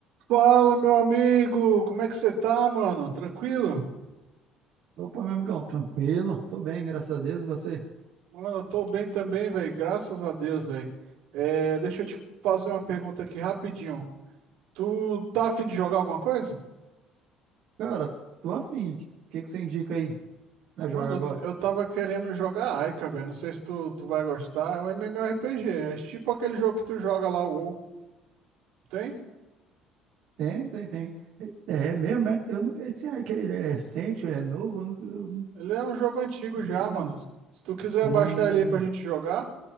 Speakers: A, on the right (about 75°); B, on the right (about 60°).
A: Fala, meu amigo! Como é que você tá, mano? Tranquilo?
B: Opa, meu amigão, tranquilo? Tô bem, graças a Deus, e você?
A: Mano, eu tô bem também, velho. Graças a Deus, velho. É, deixa eu te fazer uma pergunta aqui rapidinho. Tu tá afim de jogar alguma coisa?
B: Cara, tô afim. O que que você indica aí? Nós
A: Mano,
B: joga agora?
A: eu, t- eu tava querendo jogar Aika, velho. Não sei se tu, tu vai gostar. É um MMORPG. É tipo aquele jogo que tu joga lá, o WoW. Tem?
B: Tem, tem, tem. É é mesmo, é? Eu não, esse aí que ele é recente, ele é novo, eu não, eu não
A: Ele é um jogo antigo já,
B: vi ele, não.
A: mano. Se tu quiser
B: Hum,
A: baixar ele aí pra gente jogar.